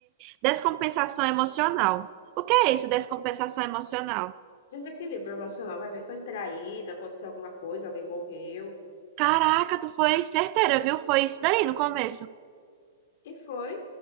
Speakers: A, on the right (about 35°); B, on the left (about 60°).
A: descompensação emocional. O que é isso, descompensação emocional?
B: Desequilíbrio emocional, vai ver, foi traída, aconteceu alguma coisa, alguém morreu.
A: Caraca, tu foi certeira, viu? Foi isso daí no começo.
B: E foi.